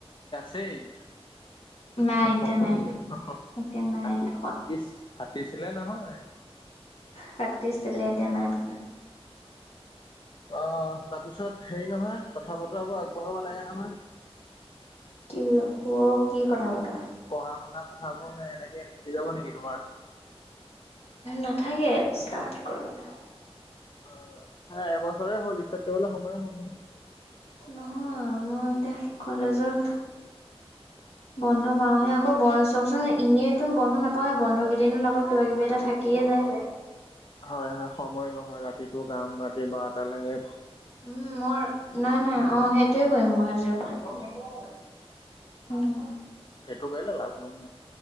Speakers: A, on the left; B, on the left.
A: <unintelligible>
B: নাই এতিয়া নাই এতিয়া নাই থকা
A: ফাতিছিলে নহয়।
B: পাতিছিলে এতিয়া নাই পতা।
A: অ তাৰপিছত হেৰি নহয় কথা বতৰাবোৰ আগবঢ়াব লাগে নহয়
B: কি যে ক কি কথা বতৰা
A: পঢ়া শুনা কথাবোৰ নে এনেকে থাকি যাব নেকি তোমাৰ
B: নাথাকে ষ্টাৰ্ট কৰিবলৈ
A: অ হে এবছৰে হ'ল ষ্টাৰ্ট কৰিবলে সময় হোৱা নাই
B: নহয় মই এতিয়া কলেজৰ বন্ধ পাওঁহে আকৌ বন্ধ চাবচোন এনেইটো বন্ধ নাপাওঁ বন্ধ কেইদিনত আকৌ কিবা কিবি এটা থাকিয়ে যা। <unintelligible>
A: হয় হয় সময় নহয় ৰাতিটো কাম ৰাতি বাৰটা লৈকে।
B: উম মই নাই নাই অ সেইটোয়ে কৰিম মই আজিৰ পৰা।
A: অ
B: উম।
A: সেইটো কৰিলে লাভ হ'ব